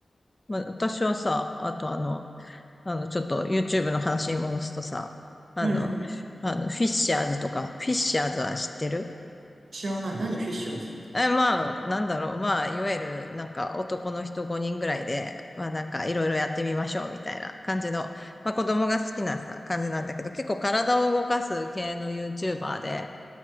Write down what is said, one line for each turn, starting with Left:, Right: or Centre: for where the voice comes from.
Left: まあ、私はさ、あとあの、あの、ちょっと YouTube の話に戻すとさ、あの、
Right: うん。
Left: あの、フィッシャーズとか、フィッシャーズは知ってる
Right: 知らない。何フィッシャーズって。
Left: え、まあ、なんだろう。まあ、いわゆる、なんか、男の人5人ぐらいで、まあ、なんか、いろいろやってみましょう、みたいな感じの、まあ、子供が好きなさ、感じなんだけど、結構体を動かす系の YouTuber で、